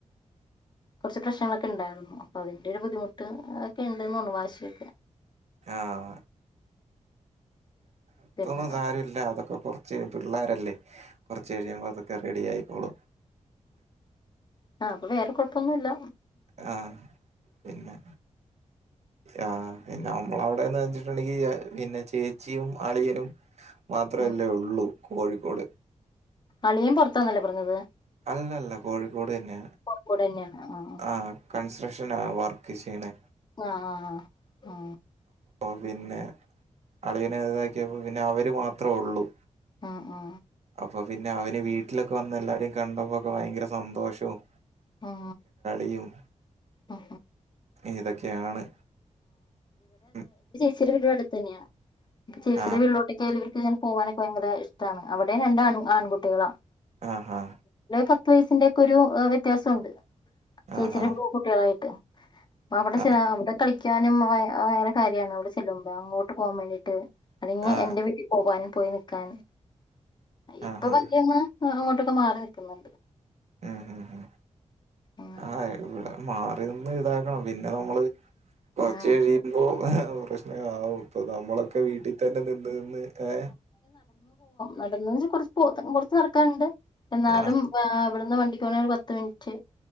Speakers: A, on the left; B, on the right.
A: കുറച്ച് പ്രശ്നങ്ങൊ ക്കുണ്ടായിരുന്നു അപ്പൊ അതിന്റെ ഒരു ബുദ്ധിമുട്ട് ഒക്കെ ഉണ്ടുന്നുണ് വാശിയൊക്കെ.
B: ആഹ ഇത്തൊന്നും
A: പിന്നെ
B: സാരല്ല അതൊക്കെപ്പം കുറച്ച് പിള്ളേരല്ലേ കുറച്ച് കഴിയുമ്പോൾ അതൊക്കെ റെഡി ആയി തുള
A: ആ അപ്പൊ വേറെ കൊഴപ്പൊന്നുമല്ല
B: ആ പിന്നെ ആ പിന്നെ നമ്മള അവിടെന്ന് വച്ചിട്ടുണ്ടെങ്കിൽ പിന്നെ ചേച്ചിയും അളിയനും മാത്രമല്ലേ
A: ഉം
B: ഉള്ളൂ കോഴിക്കോട്
A: അളിയൻ പുറത്താന്നല്ലേ പറഞ്ഞത്
B: അല്ലല്ല കോഴിക്കോട് തന്നെയാണ്.
A: കൂടെന്നെയാണ് ആഹ്
B: ആ കൺസ്ട്രക്ഷനാ വർക്ക് ചെയ്യണേ.
A: ആ ആഹ് ആ
B: പിന്നെ അളവിനെതാക്കിയപ്പോ പിന്നെ അവര് മാത്രേ ഉള്ളൂ
A: ആ ആ
B: അപ്പൊ പിന്നെ അവന് വീട്ടിലൊക്കെ വന്ന എല്ലാരെയും കണ്ടപ്പോക്കെ ഭയങ്കര സന്തോഷവും
A: ഉം
B: അും
A: ആ
B: ഇതൊക്കെയാണ്. ഉം
A: ചേച്ചിയ ഒരുപ അടുത്ത് തന്നെയാണ്പ്പ ചേച്ചിയുടെ
B: ആ
A: വീള്ളിലോട്ടൊക്കെ ഇങ്ങനെ പോകാനൊക്കെ ഭയങ്കര ഇഷ്ടമാണ് അവിടെയും രണ്ട ആൺകുട്ടികളാ
B: ആഹാ
A: പത്ത് വയസിന്റെയ ഒക്കെ ഒരു വ്യത്യാസംുണ്ട് ചേച്ചിരും
B: ആഹാ
A: പൂൺകുട്ടികളായിട്ട് അ അവിടെ
B: ആ
A: അവിടെ കളിക്കാനും ഭയര കാര്യമാണ് അവിടെ ചെല്ലുമ്പ അങ്ങോട്ട് പോകാൻ വേണ്ടീട്ട് അത
B: ആ
A: എന്റെ വീട്ടിൽ പോവൻും പോയി നക്കൻ ഇപ്പൊ
B: ആഹാ
A: വന്ന് ആ അങ്ങോട്ടൊക്കെ മാറി നിൽക്കുന്നുണ്ട്
B: ഉം ഉം ഉം
A: ഉം
B: ആ ഇവിടെ മാറി നിന്ന് ഇതാക്കണം പിന്നെ നമ്മള് കൊറച്ച്
A: ആഹ്
B: കഴിയുമ്പോ പ്രശ്ന ആവും ഇപ്പൊ നമ്മളൊക്കെ വീട്ടിൽ തന്നെ നിന്ന് നിന്ന് ഏ.
A: നടന്ന കൊറച്ച് നടക്കാനുണ്ട് എന്നാലും
B: ആ
A: ഇവിടെ ഇവിടുന്നു വണ്ടിക്കു പോണേ ഒരു പത്ത് മിനിറ്റ്